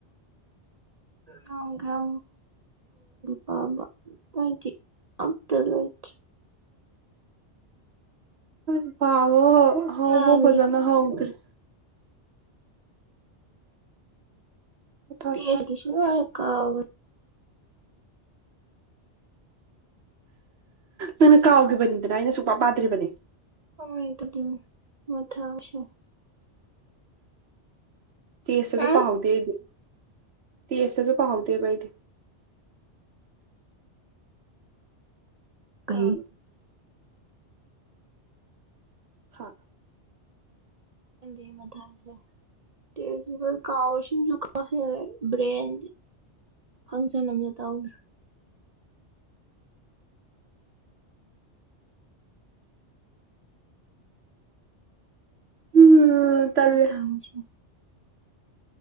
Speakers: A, on the right; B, on the right.
A: ꯔ ꯄ ꯃꯥꯏꯗꯤ ꯑꯕꯜꯔꯤ
B: ꯎ ꯄꯕꯣ ꯍꯥꯎꯕꯣ
A: ꯅꯍꯥꯟꯒꯤ
B: ꯐꯖꯅ ꯍꯥꯎꯗ꯭ꯔꯔꯤ ꯃꯊꯥ
A: ꯇꯦꯁ
B: ꯁꯥꯏ
A: ꯇꯤꯁꯨ ꯑꯣꯏ ꯀꯥꯎ
B: ꯅꯪꯅ ꯀꯥꯎꯈꯤꯕꯅꯤꯗꯅ ꯑꯩꯅ ꯁꯨꯡꯄ ꯄꯥꯗ꯭ꯔꯤꯕꯅꯦ
A: ꯑ ꯑꯗꯨ ꯃꯊꯥꯁꯦ
B: ꯇꯦꯁꯇꯁꯨ
A: ꯎꯝ
B: ꯄꯥꯍꯧꯗꯦ ꯑꯩꯗꯤ ꯇ ꯑꯦꯁꯦꯁꯨ ꯄꯥꯎꯗꯦ ꯄꯩꯗꯤ
A: ꯀ
B: ꯑ ꯍꯥ
A: ꯗꯦ ꯃꯊꯥꯁꯦ ꯇꯦꯁꯨ ꯍꯣꯏ ꯀꯥꯎꯦ ꯁꯨꯝꯁꯨ ꯀꯥꯎꯁꯦ ꯕ꯭ꯔꯦꯟ ꯐꯪꯁꯟ ꯑꯝꯇ ꯇꯧꯗ꯭ꯔꯦ
B: ꯎꯝ ꯇꯜꯂꯦ
A: ꯃ ꯊ ꯍꯧꯁꯤ